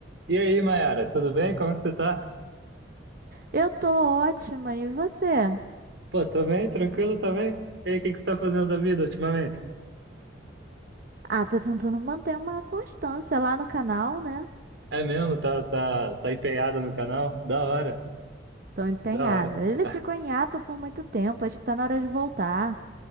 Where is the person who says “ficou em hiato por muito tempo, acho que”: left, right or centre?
Right